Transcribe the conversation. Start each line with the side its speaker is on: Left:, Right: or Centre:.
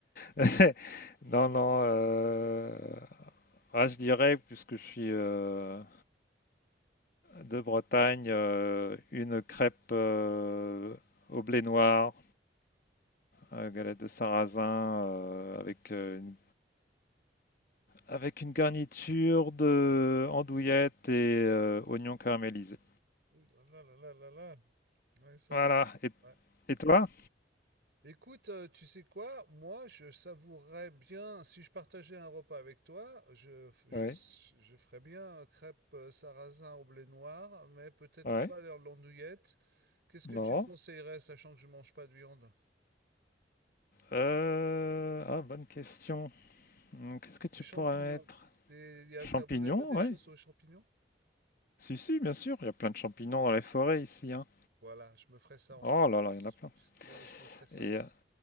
Left: <laughs> non, non, euh, ah, je dirais, puisque je suis euh, de Bretagne, euh, une crêpe euh, au blé noir, euh, galette de sarrasin, euh, avec, euh, une, avec une garniture de andouillette et euh, oignons caramélisés.
Right: Oui, là là là là là là. Ouais, ça
Left: Voilà.
Right: c'est
Left: Et,
Right: ouais.
Left: et toi?
Right: Écoute, heu, tu sais quoi? Moi, je savourerais bien si je partageais un repas avec toi, je f je
Left: Oui.
Right: je ferais bien, heu, crêpes, heu, sarrasin au blé noir, mais peut-être
Left: Ouais.
Right: pas leur l'andouillette. Qu'est-ce
Left: Non.
Right: que tu me conseillerais, sachant que je mange pas de viande?
Left: Euh, Ah, bonne question. Hum, Qu'est-ce que tu
Right: Des champignons.
Left: pourrais mettre?
Right: Des y a
Left: Champignons,
Right: tu vous avez pas des
Left: ouais.
Right: choses aux champignons?
Left: Si, si, bien sûr, il y a plein de champignons dans les forêts ici, hein.
Right: Voilà, je me ferais ça, en
Left: Oh
Right: fait. <laughs>
Left: là là, il y en a plein.
Right: Ouais, je me ferais ça.
Left: Et euh,